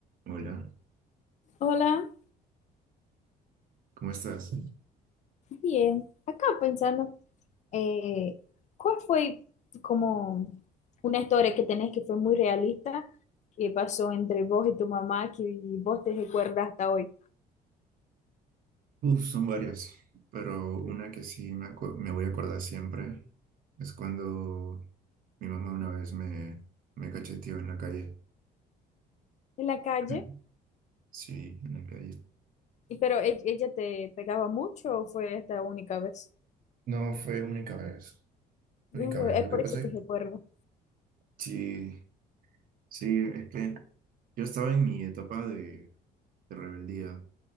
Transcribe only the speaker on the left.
Hola,
bien. Acá pensando, eh, ¿cuál fue como una historia que tenés que fue muy realista que pasó entre vos y tu mamá que vos te recuerdas hasta hoy?
En la calle,
y pero e- ella te pegaba mucho o fue esta única vez?
Es
bu-
es
por
eso
que recuerdo.